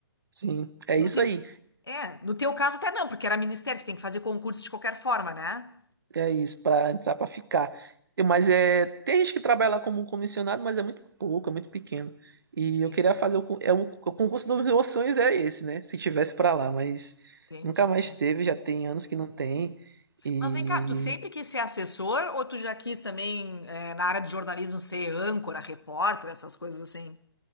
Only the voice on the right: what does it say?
sim. É isso
aí.
É isso, para entrar, para ficar. E- Mas é, tem gente que trabalha lá como um comissionado, mas é muito pouco, é muito pequeno. E
eu queria fazer o, con- é um, o concurso dos meus sonhos é esse, né? Se tivesse para lá, mas
nunca mais teve, já tem anos que não tem. E